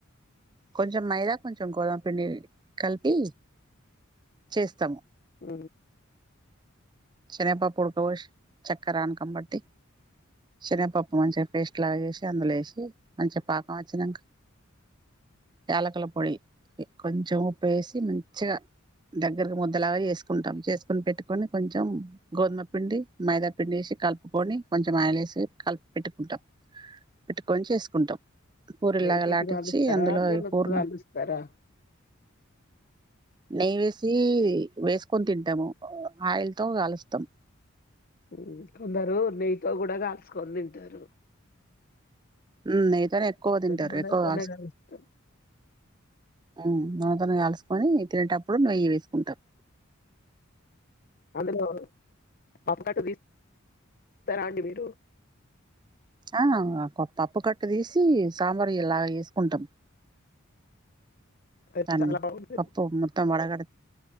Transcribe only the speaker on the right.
కొంచం మైదా కొంచెం గోదం పిండి కలిపి చేస్తము
శనగ పప్పు ఉడక బోషి చక్కర అనకం బట్టి శనగపప్పు మంచిగా పేస్ట్ లాగ వేసి అందులో వేసి మంచిగా పాకం వచ్చినాక యాలకుల పొడి కొంచము ఉప్పు వేసి మంచిగా దగ్గరకి ముద్దలాగా చేసుకుంటాం చేసుకుని పెట్టుకొని కొంచెం కొంచెం గోధుమ పిండి మైదా పిండి వేసి కలుపుకొని కొంచెం ఆయలేేసి కలిపి పెట్టుకుంటాం పెట్టుకొని చేసుకుంటాం పూరిలాగా
లాటించి
అందులో
ఈ పూర్ణం
నెయ్య వేసి వేసుకొని తింటాము ఆయిల్ తో కాలుస్తాం
ఊ నెయ్యితోని ఎక్కువ తింటరు
ఎక్కువ కాల్స్
ఊ ఆ దాని కాల్సుకొని తినేటప్పుడు నెయ్యి వేసుకుంటరు
ఆ పప్పు కట్ట తీసి సాంబారు ఇలా తీసుకుంటాం
తన్నీ
పప్పు మొత్తం వడగడి